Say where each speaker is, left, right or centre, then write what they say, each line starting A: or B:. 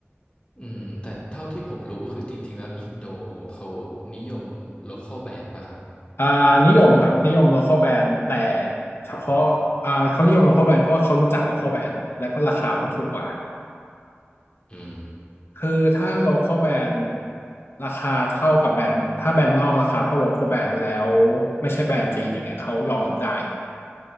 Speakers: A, on the left (about 25°); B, on the left (about 60°).
A: อืมแต่เท่าที่ผมรู้คือจริงๆแล้วอินโดเขานิยม local brand ป่ะครับ
B: อ่านิยมครับนิยม local brand แต่
A: อืม
B: เฉพาะอ่าเขานิยม local brand เพราะว่าเขารู้จัก local brand แล้วก็ราคาเขาถูกกว่า
A: อืม
B: คือถ้า local brand ราคาเท่ากับแบรนด์ถ้าแบรนด์นอกราคาเท่า local brand แล้วไม่ใช่แบรนด์จีนอย่างเงี้ยเขายอมรับได้ครับ